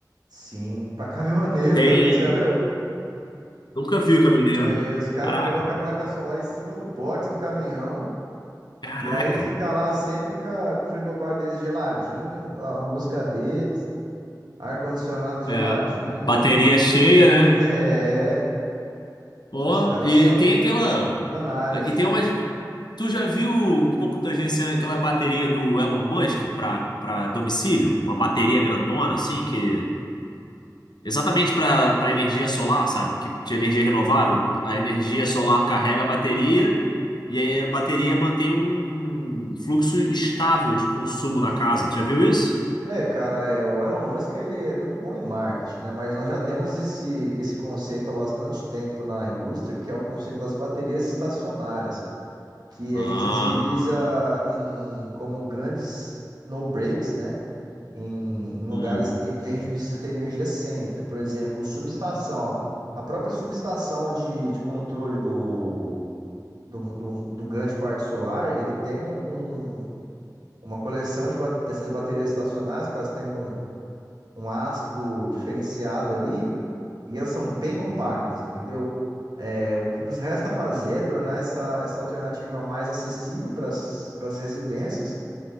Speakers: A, on the right; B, on the left.
A: Sim, pra caminhoneiro
B: Tem.
A: <laughs> também, você já viu?
B: Nunca vi o caminhoneiro.
A: É, os caras
B: Caraca,
A: colocam a placa solar em cima do box do caminhão.
B: caraca.
A: E aí fica lá sempre com, a- com o frigobar deles geladinho, a a música deles, ar-condicionado geladinho.
B: É, bateria cheia,
A: <laughs>
B: né?
A: É,
B: Pô,
A: os caras
B: e
A: são
B: tem aquela.
A: visionários.
B: E tem umas. Tu já viu um pouco tangenciando aquela bateria do Elon Musk para para domicílio? Uma bateria grandona, assim, que Exatamente para para energia solar, sabe? Que de energia renovável, a energia solar carrega a bateria e aí a bateria mantém um fluxo estável de consumo na casa. Já viu isso?
A: É, cara, é, o Elon Musk ele é muito bom em marketing, né? Mas nós já temos esse, esse conceito há bastante tempo na indústria, que é o conceito das baterias estacionárias, que
B: Ah,
A: a gente utiliza em como grandes no breaks, né? Em, em
B: uhum,
A: lugares que, que a gente precisa ter energia sempre. Por exemplo, subestação. ó. A própria subestação de, de controle do, do, do, do grande parque solar, ele tem um, um, uma coleção de ba- dessas baterias estacionárias, que elas têm um, um ácido diferenciado ali, e elas são bem compactas,
B: uhum.
A: entendeu? É, o que nos resta fazer é tornar essa, essa alternativa mais acessível para as residências